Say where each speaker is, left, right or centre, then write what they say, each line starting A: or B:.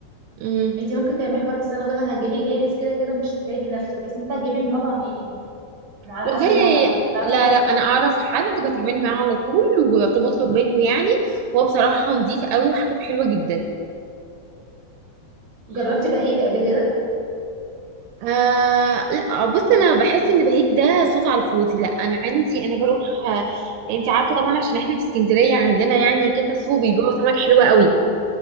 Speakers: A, on the right; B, on the right.
A: امم
B: انت ممكن تعملي حوار السمك ده ما هتجيبيه جاهز كده كده مش هتتعبي نفسك بس انت هتجيبيه من مطعم ايه ما على
A: والله
B: حسب المطعم مثلا تعرفي
A: لا
B: يبقى
A: لا انا
B: إيه.
A: اعرف حد بتعامل معاه على طول وبطلب منه يعني هو بصراحه نظيف قوي وحاجته حلوه جدا
B: جربتي بهيج قبل كده
A: آه لا بص انا بحس ان بهيج ده صوت على الفاضي لا انا عندي انا بروح آه انت عارفه طبعا عشان احنا في اسكندريه عندنا يعني كذا سوق بيبيعوا سمك حلوه قوي